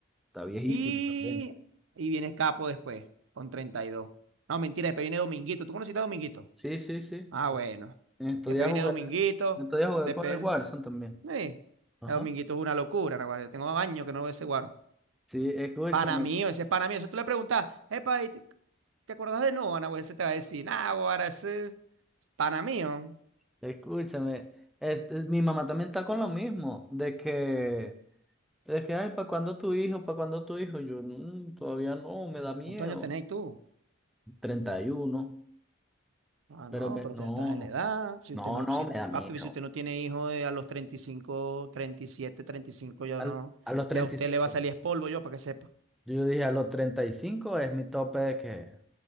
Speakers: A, in the centre; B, on the right.
A: está viejísimo
B: y
A: también.
B: y viene Capo después, con 32. No, mentira, después viene Dominguito. ¿Tú conociste a Dominguito?
A: Sí, sí, sí.
B: Ah, bueno.
A: En estos
B: Después
A: días
B: viene
A: jugué,
B: Dominguito.
A: en estos días jugué
B: Después.
A: con el Warzone también.
B: Sí,
A: Ajá.
B: el dominguito es una locura, naguará. Yo tengo años que no veo ese guaro.
A: Sí, escúchame.
B: Pana mío, ese es pana mío. Eso tú le preguntas, epa, ¿y te, te acordás de Noah, naguará? Ese te va a decir, nah, guara, ese es pana mío.
A: Escúchame, este, mi mamá también está con lo mismo, de que, de que, ay, ¿para cuándo tu hijo? ¿Para cuándo tu hijo? Yo, "Mm, todavía no, me da miedo.
B: ¿Cuántos años tenéis tú?
A: 31,
B: Ah,
A: pero
B: no,
A: me-
B: pero
A: no,
B: tú ya estás en
A: no,
B: la edad. Si
A: no,
B: usted no,
A: no,
B: si,
A: me
B: tu-
A: da miedo.
B: papi, si usted no tiene hijos de a los treinta treinta y y cinco, treinta y siete, treinta y cinco, ya
A: Al-
B: no,
A: a los treinta
B: ya a usted
A: y cinco,
B: le va a salir es polvo, yo para que sepa.
A: Yo dije, a los 35 es mi tope de que,